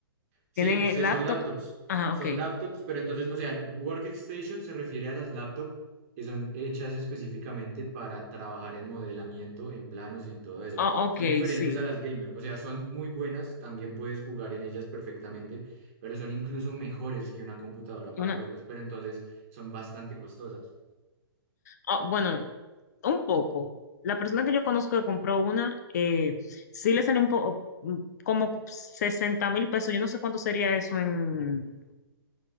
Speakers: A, on the right; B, on the left.
A: Sí,
B: Tienen el
A: se-
B: laptop,
A: son laptops,
B: ajá,
A: son
B: ok.
A: laptops, pero entonces, o sea, workstation se refiere a las laptops que son hechas específicamente para trabajar en modelamiento, en planos y en todo eso.
B: Ah, ok,
A: Son diferentes
B: sí.
A: a las gamer, o sea, son muy buenas, también puedes jugar en ellas perfectamente, pero son incluso mejores que una computadora para
B: Una,
A: juegos, pero entonces son bastante costosas.
B: ah, bueno, un poco. La persona que yo conozco que compró una, eh, sí le salió un poco, como sesenta mil pesos. Yo no sé cuánto sería eso en,